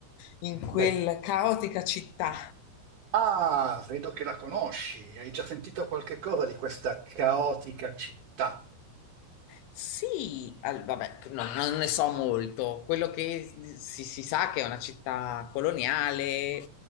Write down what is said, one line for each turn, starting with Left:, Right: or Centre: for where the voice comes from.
Left: in quella
Right: Beh,
Left: caotica città?
Right: ah, vedo che la conosci, hai già sentito qualche cosa di questa caotica città.
Left: Sì, al- vabbè, no- non ne so molto. Quello che si, si sa che è una città coloniale